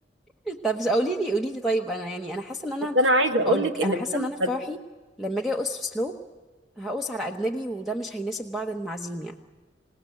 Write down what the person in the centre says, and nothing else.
<laughs> طب قولي لي قولي لي طيب انا يعني انا حاسه ان انا
هقول لك
انا حاسه
ان انا في فرحي لما اجي ارقص في سلو هقوس على اجنبي وده مش هيناسب بعض المعازيم يعني